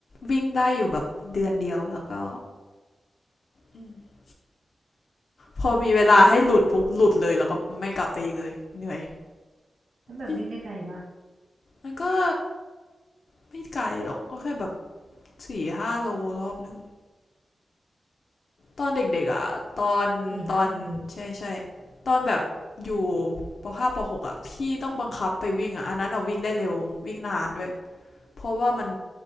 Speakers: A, on the left; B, on the right.
A: วิ่งได้อยู่แบบเดือนเดียวแล้วก็มพอมีเวลาให้หลุดปุ๊บหลุดเลยแล้วก็ไม่กลับไปอีกเลยเหนื่อย
B: เอืแล้วแบบวิ่งได้ไกลปะ
A: มมันก็ไม่ไกลหรอกก็แค่แบบสี่ห้าโลรอบหนึ่ง ตอนเด็กๆอ่ะตอนตอนใช่ใช่
B: สี่ห้าโล
A: ตอนแบบอยู่ปห้าปหกอ่ะพี่ต้องบังคับไปวิ่งอ่ะอันนั้นอ่ะวิ่งได้เร็ววิ่งนานด้วยเพราะว่ามัน